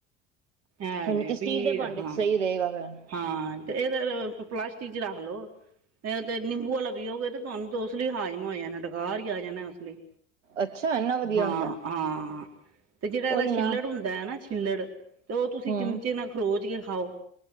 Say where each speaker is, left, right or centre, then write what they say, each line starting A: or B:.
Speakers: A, on the right; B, on the right.
A: ਐਵੇਂ
B: ਹਾਂਜੀ ਕਿ
A: ਬੀ,
B: ਸਟੀਲ ਦੇ ਭਾਂਡੇ
A: ਹਾਂ-ਹਾਂ
B: ਚ ਸਹੀ ਰਹੇਗਾ ਫਿਰ
A: ਏਦੇ ਪਲਾਸਟਿਕ 'ਚ ਰੱਖ ਲੋ। ਤੇ ਨਿੰਬੂ ਆਲਾ ਪਿਓਗੇ ਤੇ ਤੁਆਨੂੰ ਤੇ ਉਸ ਲਈ ਹਾਜ਼ਮਾ ਹੋ ਜਾਨਾ ਏ, ਡਕਾਰ ਈ ਆ ਜਾਨਾ ਉਸ ਲਈ
B: ਅੱਛਾ ਇੰਨਾ ਵਧੀਆ
A: ਹਾਂ,
B: ਹੁੰਦਾ
A: ਹਾਂ। ਤੇ ਜੇੜਾ
B: ਉਹੀ
A: ਇਦਾ ਛਿੱਲੜ
B: ਨਾ
A: ਹੁੰਦਾ ਐ ਨਾ ਛਿੱਲੜ ਤੇ ਉਂ ਤੁਸੀਂ
B: ਹਮ
A: ਚਿਮਚੇ ਨਾਲ ਖਰੋਚ ਕੇ ਖਾਓ